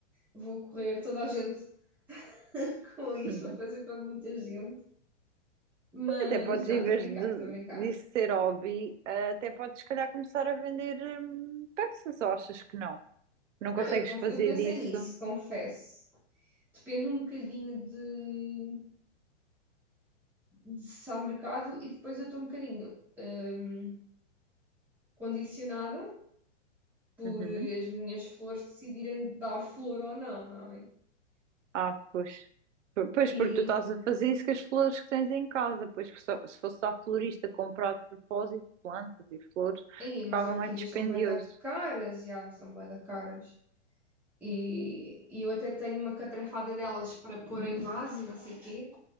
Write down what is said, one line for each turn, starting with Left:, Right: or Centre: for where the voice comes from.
Centre: Vou correr toda a gente <laughs> com isto,
Right: <laughs>
Centre: vou fazer para muita gente. Mas,
Right: Até podes,
Centre: não,
Right: em
Centre: estou
Right: vez
Centre: a brincar,
Right: de,
Centre: estou a brincar.
Right: disso ser hobby, eh, até podes, se calhar, começar a vender hum, peças, ou achas que não? Não
Centre: Eu,
Right: consegues
Centre: conf-
Right: fazer
Centre: eu pensei
Right: disso?
Centre: nisso, confesso. Depende um bocadinho de, de se há mercado e depois eu estou um bocadinho hum, condicionada por
Right: Uhum.
Centre: as minhas flores decidirem dar flor ou não, não é?
Right: Ah, pois. P- Pois,
Centre: E
Right: porque tu estás a fazer isso com as flores que tens em casa. Pois, só- se fosse à florista comprar de propósito plantas e flores,
Centre: aí,
Right: ficava
Centre: mas orquídeas
Right: mais dispendioso.
Centre: são bué da caras, já, são bué da caras. E, e eu até tenho uma catrafada delas para pôr em vaso e não sei quê,